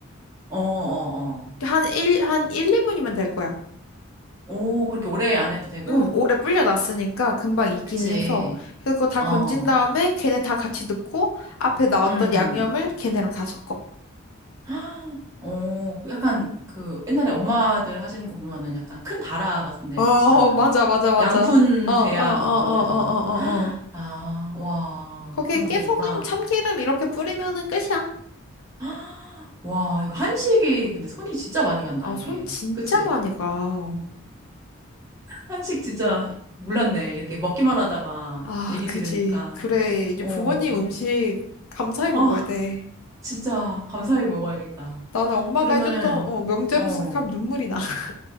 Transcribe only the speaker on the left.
한 1, 한 일, 2분이면 될 거야.
응, 오래 불려놨으니까 금방 익기는
해서. 그래서 그거 다
건진 다음에 걔네 다 같이 넣고, 앞에 나왔던
양념을 걔네랑 다 섞어.
어,
맞아, 맞아, 맞아.
어, 어, 어, 어,
어, 어, 어. 어.
거기에
깨소금,
참기름 이렇게 뿌리면은 끝이야.
아,
손 진짜
많이 가.
아,
그지.
그래. 이제
부모님 음식 감사히 먹어야
돼.
나는 엄마가
해줬던, 어, 명절
음식 생각하면 눈물이 나. <laughs>